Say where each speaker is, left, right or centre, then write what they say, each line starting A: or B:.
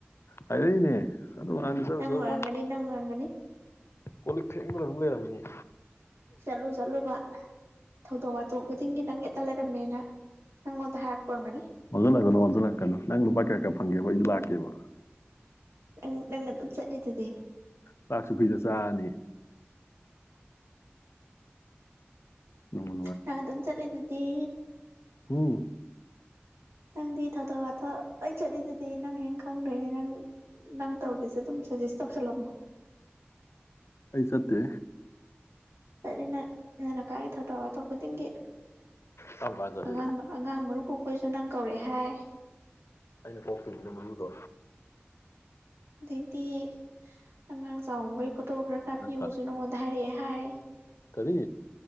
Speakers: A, on the left; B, on the right.
A: ꯍꯥꯢꯔꯛꯏꯅꯦ ꯑꯗꯨ ꯑꯉꯥꯡꯗꯨ ꯆꯠꯂꯨ ꯆꯠꯂꯨ
B: ꯑꯣꯏꯔꯝꯒꯅꯤ ꯅꯪ ꯑꯣꯏꯔꯝꯒꯅꯤ
A: ꯀꯣꯂꯤꯛ ꯐꯦꯡꯉ ꯑꯗꯨꯝ ꯂꯩꯔꯝꯅꯤꯌꯦ
B: ꯆꯠꯂꯨ ꯆꯠꯂꯨꯕ ꯊꯧꯗꯣꯛ ꯋꯥꯊꯣꯛ ꯈꯨꯗꯤꯡꯒꯤ ꯅꯪ ꯍꯦꯛꯇ ꯂꯩꯔꯝꯃꯦꯅ ꯅꯪꯉꯣꯟꯗ ꯍꯥꯏꯔꯛꯄ ꯑꯣꯏꯔꯝꯒꯅꯤ
A: ꯃꯪꯉꯟꯂꯛꯀꯅꯣ ꯑꯣꯟꯁꯤꯜꯂꯛꯀꯅꯣ ꯅꯪ ꯂꯨꯄꯥ ꯀꯌꯥ ꯀꯌꯥ ꯐꯪꯒꯦꯕ ꯑꯩꯁꯨ ꯂꯥꯛꯀꯦꯕ
B: ꯅꯪ ꯅꯪ ꯑꯗꯨꯝ ꯆꯠꯂꯤꯗꯨꯗꯤ
A: ꯆꯥꯛꯁꯨ ꯐ꯭ꯔꯤꯗ ꯆꯥꯔꯅꯤ ꯅꯣꯡꯃ
B: ꯅꯪ ꯑꯗꯨꯝ ꯆꯠꯂꯤꯗꯨꯗꯤ
A: ꯍꯝ
B: ꯅꯪꯗꯤ ꯊꯥꯗꯣꯛ ꯋꯥꯊꯣꯛ ꯂꯣꯢ ꯆꯠꯂꯤꯗꯨꯗꯤ ꯅꯪ ꯍꯦꯟ ꯈꯪꯒ꯭ꯔꯦꯅꯦ ꯅꯪ ꯅꯪ ꯇꯧꯒꯦꯁꯨ ꯑꯗꯨꯝ ꯁꯖꯦꯁ ꯇꯧꯁꯜꯂꯝꯃꯣ
A: ꯑꯩ ꯆꯠꯇꯦ
B: ꯆꯠꯂꯤ ꯅꯪ ꯅꯣꯢ ꯂꯩꯀꯥꯏꯒꯤ ꯊꯧꯗꯣꯛ ꯋꯥꯊꯣꯛ ꯈꯨꯗꯤꯡꯒꯤ
A: ꯀꯔꯝ ꯀꯥꯟ ꯆꯠꯂꯤꯕ
B: ꯑꯉꯥꯡ ꯑꯉꯥꯡ ꯃꯔꯨ ꯀꯣꯛꯄ ꯩꯁꯨ ꯅꯪ ꯀꯧꯔꯛꯑꯦ ꯍꯥꯏ
A: ꯑꯩꯅ ꯀꯣꯛꯇꯣꯢꯅꯤꯅ ꯃꯔꯨꯗꯣ
B: ꯑꯗꯩꯗꯤ ꯑꯉꯥꯡ ꯆꯥꯎꯝꯕꯩ ꯐꯣꯇꯣ ꯈꯔ ꯀꯥꯞꯄꯤꯌꯣꯁꯨ
A: ꯅꯠꯇ꯭ꯔꯥ
B: ꯅꯉꯣꯟꯗ ꯍꯥꯏꯔꯛꯑꯦ ꯍꯥꯏ
A: ꯔꯤ